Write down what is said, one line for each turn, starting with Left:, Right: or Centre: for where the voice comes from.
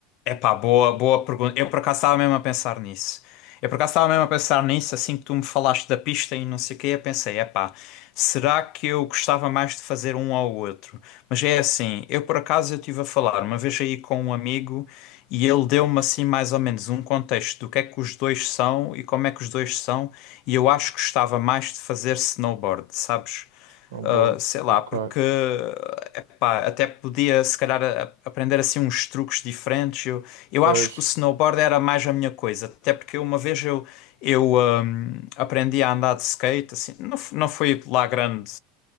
Left: epá, boa, boa pergunta. Eu por acaso estava mesmo a pensar nisso. Eu por acaso estava mesmo a pensar nisso, assim que tu me falaste da pista e não sei o quê, eu pensei, epá, será que eu gostava mais de fazer um ao outro? Mas é assim, eu por acaso eu estive a falar uma vez aí com um amigo e ele deu-me assim mais ou menos um contexto do que é que os dois são e como é que os dois são, e eu acho que gostava mais de fazer snowboard, sabes?
Right: Snowboard,
Left: Uh, sei lá,
Right: ok.
Left: porque uh, epá, até podia se calhar a- aprender assim uns truques diferentes. Eu, eu
Right: Pois,
Left: acho que o snowboard era mais a minha coisa, até porque uma vez eu, eu um, aprendi a andar de skate, assim, não, f- não foi lá grande,